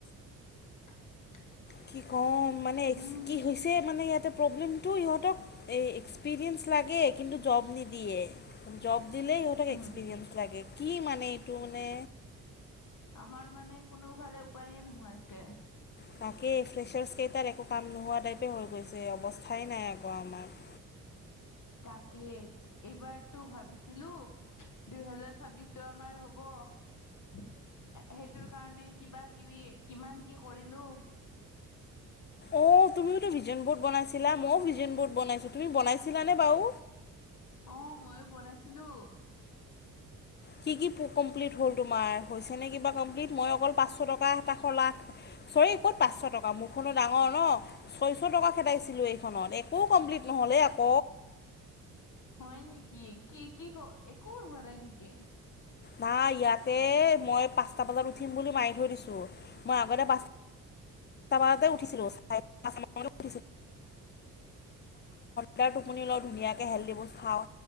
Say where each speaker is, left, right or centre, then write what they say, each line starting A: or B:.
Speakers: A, on the left; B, on the left.
A: <inaudible>
B: কি ক'ম? মানে
A: উম
B: কি হৈছে, মানে ইয়াতে প্ৰব্লেমটো সিহঁতক? এ এক্সপিৰিয়েঞ্চ লাগে, কিন্তু জব নিদিয়ে। জব দিলেই সিহঁতক
A: উম
B: এক্সপিৰিয়েঞ্চ লাগে। কি মানে এইটো মানে।
A: আমাৰ মানে কোনোফালে উপায়ে নোহোৱা হৈছে।
B: তাকেই ফ্ৰেছাৰছ্ কেইটাৰ একো কাম নোহোৱা টাইপে হৈ গৈছে। অৱস্থাই নাই আকৌ আমাৰ।
A: তাকে, এইবাৰটো ভাবিছিলো। দুহেজাৰ ছাব্বিশটো আমাৰ হব, সেইটোৰ কাৰণেই কিবা কিবি, কিমান কি কৰিলো।
B: অঁ তুমিওতো ভিজন বৰ্ড বনাইছিলা। ময়ো ভিজন বৰ্ড বনাইছোঁ। তুমি বনাইছিলানে বাও?
A: অ, মইও বনাইছিলো।
B: কি কি কমপ্লিট হ'ল তোমাৰ? হৈছেনে কিবা কমপ্লিট? মই অকল পাঁচশ টকা এটা খোলাত চৰী, ক'ত পাঁচশ টকা মোৰখনো ডাঙৰ ন। ছয়শ টকা খেদাইছিলোঁ এইখনত, একো কমপ্লিট নহ'লে অ'ক।
A: হয় নেকি, কি কি ক একোই হোৱা নাই নেকি?
B: নাই ইয়াতে, মই পাঁচটা বজাত উঠিম বুলি মাৰি থৈ দিছোঁ, মই আগতে পাঁচ টা বজাতে উঠিছিলো, <unintelligible> <unintelligible> <unintelligible> <unintelligible> <unintelligible> তাৰ টোপনি লওঁ, ধুনীয়াকে হেল্ডী ফুড খাওঁ।